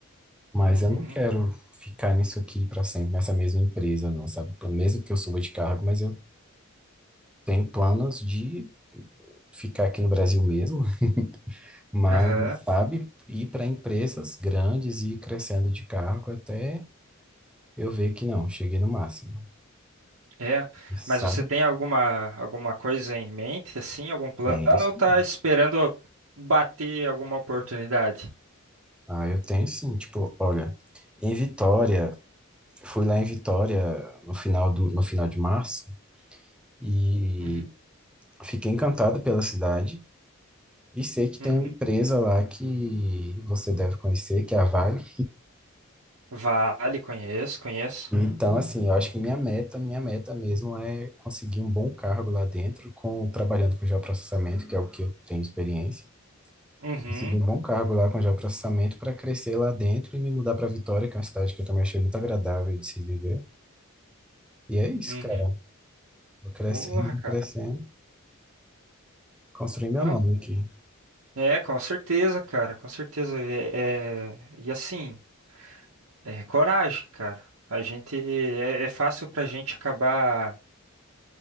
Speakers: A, in the centre; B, on the right.
A: Mas
B: Uhum.
A: eu não quero ficar nisso aqui para sempre, nessa mesma empresa, não, sabe? Pelo Mesmo que eu suba de cargo, mas eu tenho planos de ficar aqui no Brasil mesmo, <laughs> mas,
B: Aham.
A: sabe, ir para empresas grandes e ir crescendo de cargo até eu ver que não, cheguei no máximo,
B: É,
A: sabe?
B: mas você tem alguma alguma coisa em mente, assim, algum plano,
A: Tenho. sim.
B: ou tá esperando bater alguma oportunidade?
A: Ah, eu tenho sim, tipo, olha, em Vitória, fui lá em Vitória no final do, no final de março e
B: Uhum,
A: fiquei encantado pela cidade. E sei que tem
B: uhum.
A: uma empresa lá que você deve conhecer, que é a Vale.
B: Vale, conheço, conheço.
A: Então, assim, eu acho que minha meta, minha meta mesmo é conseguir um bom cargo lá dentro, com trabalhando com geoprocessamento, que é o que eu tenho experiência.
B: Uhum,
A: Conseguir um bom cargo lá com geoprocessamento para crescer lá dentro e me mudar para Vitória, que é uma cidade que eu também achei muito agradável de se viver. E é isso,
B: uhum.
A: cara. Vou crescendo,
B: Porra,
A: vou
B: cara.
A: crescendo, construindo meu
B: Não,
A: nome aqui.
B: é, com certeza, cara, com certeza. É, é- e assim, é coragem, cara. A gente é, é fácil pra gente acabar,